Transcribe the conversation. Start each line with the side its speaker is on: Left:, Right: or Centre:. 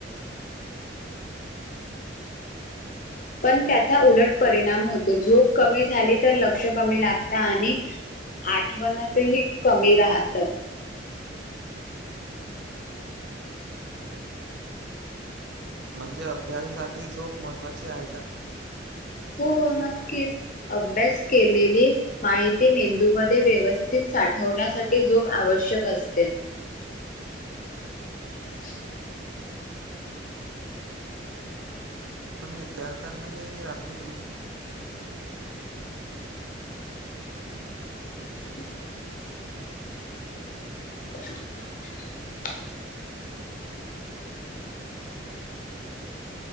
Left: पण त्याचा उलट परिणाम होतो झोप कमी झाली तर लक्ष कमी लागत आणि आठवणतही कमी राहतं
Right: म्हणजे अभ्यासासाठी झोप महत्त्वाची आहे का
Left: हो नक्कीच अभ्यास केलेली माहिती मेंदूमध्ये व्यवस्थित साठवण्यासाठी झोप आवश्यक असते <unintelligible>
Right: पण विद्यार्थ्यांनाही रात्री उ
Left: ह <inaudible>